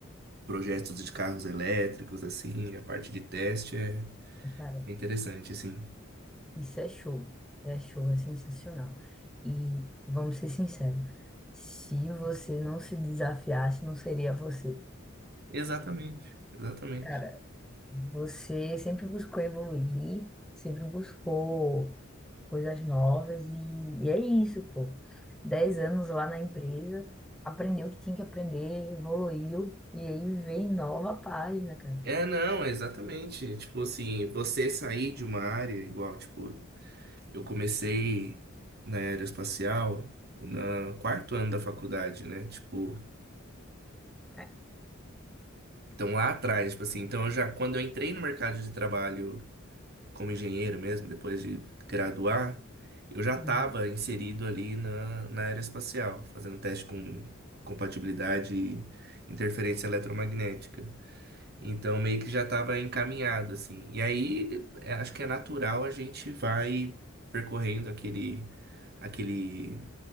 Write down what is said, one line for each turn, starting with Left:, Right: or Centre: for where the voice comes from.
Right: projetos de carros elétricos assim, a parte de teste é
Centre: cara,
Right: interessante assim.
Centre: isso é show, é show, é sensacional. E vamos ser sinceros, se você não se desafiasse, não seria você.
Right: Exatamente, exatamente.
Centre: Cara, você sempre buscou evoluir, sempre buscou. coisas novas e, e é isso, pô. Dez anos lá na empresa, aprendeu o que tinha que aprender, evoluiu, e aí vem nova página, cara.
Right: É, não, exatamente. Tipo assim, você sair de uma área igual, tipo, Eu comecei na aeroespacial no quarto ano da faculdade, né? Tipo,
Centre: É,
Right: então lá atrás, tipo assim, então eu já, quando eu entrei no mercado de trabalho como engenheiro mesmo, depois de graduar, eu já estava
Centre: Não,
Right: inserido ali na, na aeroespacial, fazendo teste com compatibilidade e interferência eletromagnética. Então meio que já estava encaminhado, assim. E aí, é, acho que é natural a gente vai percorrendo aquele aquele